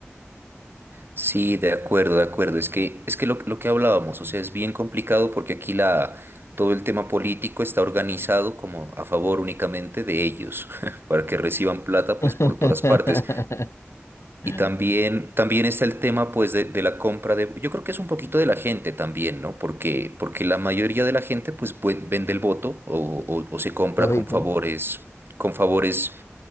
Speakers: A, on the right; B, on the left.
A: Sí, de acuerdo, de acuerdo. Es que, es que lo, lo que hablábamos, o sea, es bien complicado porque aquí la, todo el tema político está organizado como a favor únicamente de ellos, <laughs> para que reciban plata
B: <laughs>
A: pues por todas partes.
B: <laughs>
A: Y también, también está el tema pues de, de la compra de, yo creo que es un poquito de la gente también, ¿no? Porque, porque la mayoría de la gente pues, pues, vende el voto o, o o se compra
B: Lógico.
A: con favores, con favores